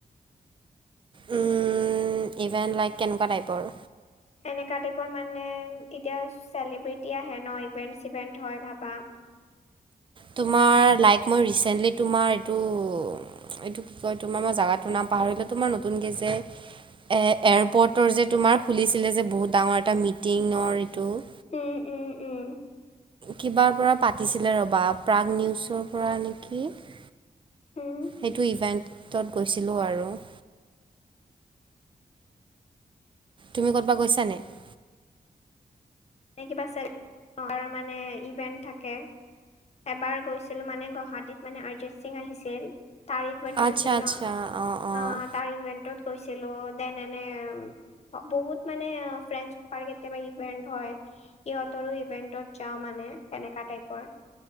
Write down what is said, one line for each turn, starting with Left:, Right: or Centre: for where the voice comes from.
Right: উম! ইভেণ্ট লাইক <unintelligible> কেনেকুৱা টাইপৰ?
Left: এনেকুৱা টাইপৰ মানে এতিয়া চেলিব্ৰিটি আহে ন' ইভেণ্ট-চিভেণ্ট হয় ভাবা। <inaudible>
Right: তোমাৰ লাইক মই ৰিচেণ্টলি তোমাৰ এইটো <unintelligible> এইটো কি কয় তোমাৰ মই জেগাটো নাম পাহৰিলোঁ তোমাৰ নতুনকে যে <unintelligible> এ এয়াৰপৰ্টৰ যে তোমাৰ খুলিছিলে যে বহুত ডাঙৰ এটা মিটিঙৰ এইটো <unintelligible>
Left: উম-উম-উম! <unintelligible>
Right: কিবাৰ পৰা পাতিছিলে ৰ'বা প্ৰাগ নিউজৰ পৰা নেকি? <unintelligible>
Left: উম,
Right: সেইটো ইভেন্টত গৈছিলোঁ আৰু। <inaudible> তুমি ক'ৰবাত গৈছা নাই? <unintelligible>
Left: এনেই কিবা <unintelligible> মানে ইভেন্ট থাকে <unintelligible> এবাৰ গৈছিলো মানে গুৱাহাটীত মানে অৰিজিত সিং আহিছিল। <unintelligible> তাৰ ইভেন্ট
Right: আচ্ছা,
Left: হৈছিল ন'।
Right: আচ্ছা অ', অ'।
Left: অঁ তাৰ ইভেন্টত গৈছিলোঁ দেন এনে <unintelligible> বহুত মানে ফ্ৰেণ্ <unintelligible> কেতিয়াবা ইভেন্ট হয়। সিহঁতৰো ইভেণ্টত যাওঁ মানে তেনেকা টাইপৰ। <inaudible>